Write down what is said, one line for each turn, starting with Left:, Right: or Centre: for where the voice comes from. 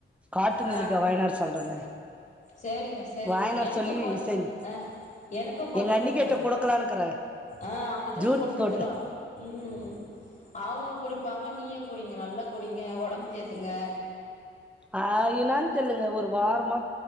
Centre: காட்டு நெல்லிக்கா
Left: ஆ
Centre: வாங்கின்னு வர சொல்றங்க
Left: சேரிங்க சேரிங்க
Centre: வாயநாடு
Left: எனக்கு
Centre: சொல்லி
Left: கொ
Centre: செங்
Left: ஆ எனக்கு கொஞ்சோ
Centre: எங்க அண்ணி
Left: குடுங்க
Centre: கிட்ட கொடக்கலானு இருக்குற
Left: ஆ அவங்க ஜூஸ்
Centre: ஜூட்
Left: குடுத்துருவாங்க
Centre: போட்டு
Left: ம் அவங்களு குடிப்பாங்க நீயுங் குடிங்க நல்லா குடிங்க ஒடம் சேத்துங்க
Centre: ஆயினான் தெர்லங்க ஒரு வாரம் மா